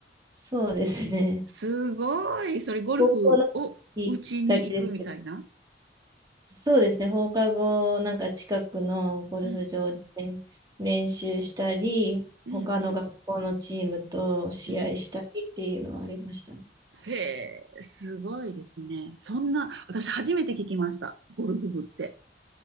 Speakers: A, on the right; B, on the right.
A: そうですね。
B: すごい。それゴルフを打ちに行くみたいな。
A: <laughs> 高校の時だけですそうですね、放課後、なんか近くのゴルフ場で
B: うん
A: 練習したり、
B: うんうん
A: 他の学校のチームと試合したりっていうのはありましたね。
B: うん。へえ、すごいですね。そんな、私初めて聞きました。ゴルフ部って。